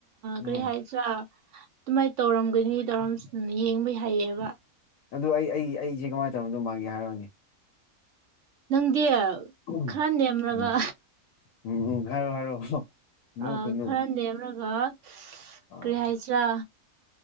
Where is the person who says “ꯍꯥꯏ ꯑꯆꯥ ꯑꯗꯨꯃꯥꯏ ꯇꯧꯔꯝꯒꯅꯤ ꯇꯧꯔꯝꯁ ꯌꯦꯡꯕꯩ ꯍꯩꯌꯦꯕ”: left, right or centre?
Right